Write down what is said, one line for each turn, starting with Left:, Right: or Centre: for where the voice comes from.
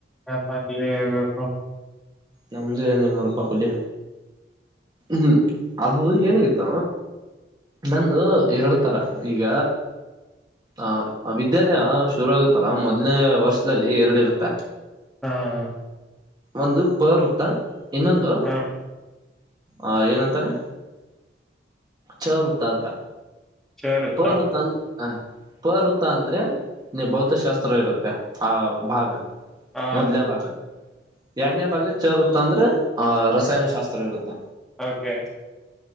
Centre: ಯಪ್ಪ ನೀವೇ ಹೇಳ್ಬೇಕು?
Right: ನಮ್ದು ಏನೇ ನೋಡಪ್ಪಾ ಹುಲಿ. ಹ್ಮ್ ಅದು ಏನಾಗಿತ್ತ ನಂದು ಎರಡು ತರ. ಈಗ.. ಆ ವಿದ್ಯಾಲಯ ಶುರುಗುತ್ತಲ್ಲ ಮೊದ್ನೇ ವರ್ಷದಲ್ಲಿ ಎರಡು ಇರುತ್ತೆ.
Centre: ಹಾ.. ಹಾ..
Right: ಒಂದು ಪರ್ ವೃತ್ತ. ಇನ್ನೊಂದು?
Centre: ಹಾ
Right: ಆ ಏನಂತಾರೆ ಚರು ವೃತ ಅಂತ
Centre: ಶೇರುತ್ತಾ
Right: ಪರ್ ವೃತ್ತ ಹ ಪವೃತ್ತ ಅಂದ್ರೆ ನೀ ಭೌತಶಾಸ್ತ್ರ ಇರುತ್ತೆ ಆ ಭಾಗ
Centre: ಹಾ
Right: ಮೊದ್ಲೇ ಭಾಗ ಎರಡನೇ ಭಾಗ ಚರ್ ವೃತ್ತ ಅಂದ್ರೆ ಆ ರಸಾಯನಶಾಸ್ತ್ರ ಇರುತ್ತೆ
Centre: ಆ ಓಕೆ